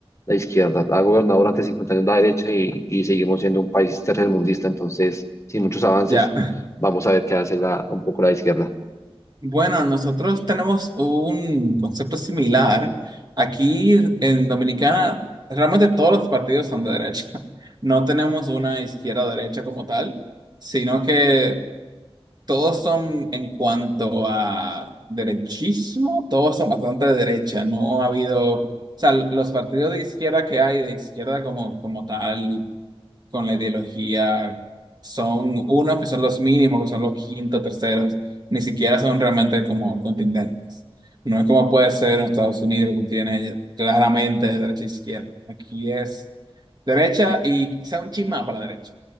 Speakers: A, on the left; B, on the right.
A: izquierda ha gobernado durante 50 años la derecha y, y seguimos siendo un país tercermundista, entonces, sin muchos avances,
B: Ya. <laughs>
A: vamos a ver qué hace la, un poco la izquierda.
B: Bueno, nosotros tenemos un concepto similar. Aquí en Dominicana, realmente todos los partidos son de derecha. <laughs> No tenemos una izquierda o derecha como tal, sino que todos son en cuanto a derechismo, todos son bastante de derecha. No ha habido, o sea, los partidos de izquierda que hay, de izquierda como, como tal con la ideología son unos que son los mínimos, que son los quintos, terceros, ni siquiera son realmente como contendentes. No es como puede ser en Estados Unidos, que tiene claramente derecha e izquierda. Aquí es derecha y quizá un chin más para la derecha.